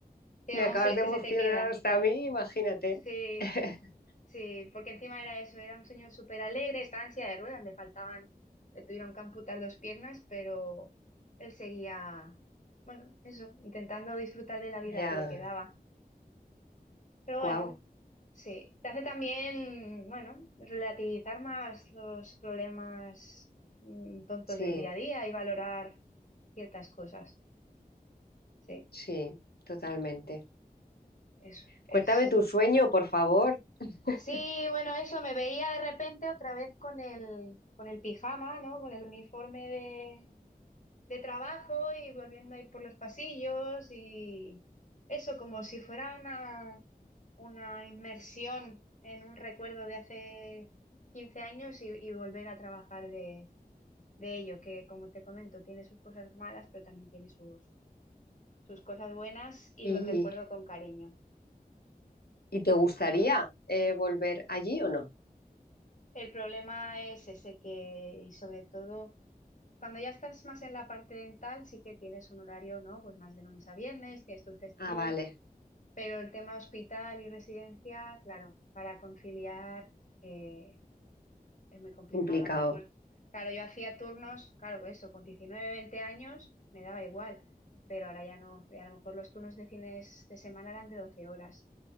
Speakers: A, on the left; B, on the left.
A: que
B: Me
A: aún
B: acabas
A: se,
B: de
A: que
B: emocionar
A: se te queda.
B: hasta a mí, imagínate.
A: Sí.
B: <laughs>
A: Sí, porque encima era eso, era un señor súper alegre, estaba en silla de ruedas, le faltaban, le tuvieron que amputar dos piernas, pero él seguía, bueno, eso, intentando disfrutar de la vida
B: Ya,
A: que le quedaba. Pero
B: guau.
A: bueno, sí, te hace también, bueno, relativizar más los problemas mm, tontos
B: Sí,
A: del día a día y valorar ciertas cosas. Sí,
B: sí, totalmente.
A: eso es.
B: Cuéntame tu sueño, por favor. <laughs>
A: Sí, bueno, eso, me veía de repente otra vez con el, con el pijama, ¿no? Con el uniforme de, de trabajo y volviendo a ir por los pasillos y eso, como si fuera una, una inmersión en un recuerdo de hace 15 años y, y volver a trabajar de, de ello, que como te comento, tiene sus cosas malas, pero también tiene sus, sus cosas buenas y
B: ¿Y,
A: lo recuerdo con cariño.
B: y te gustaría eh, volver allí o no?
A: El problema es ese que, y sobre todo... Cuando ya estás más en la parte dental, sí que tienes un horario, ¿no? Pues más de lunes a viernes, tienes tus festivos,
B: Ah, vale,
A: pero el tema hospital y residencia, claro, para conciliar eh, es muy complicado.
B: complicado.
A: A lo mejor, claro, yo hacía turnos, claro, pues eso, con 19 20 años me daba igual, pero ahora ya no. Y a lo mejor los turnos de fines de semana eran de 12 horas,